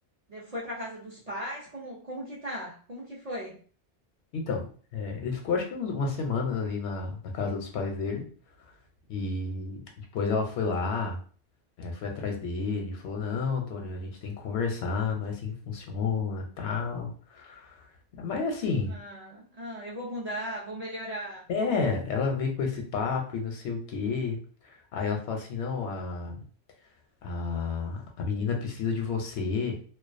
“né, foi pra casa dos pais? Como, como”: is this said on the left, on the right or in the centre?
Right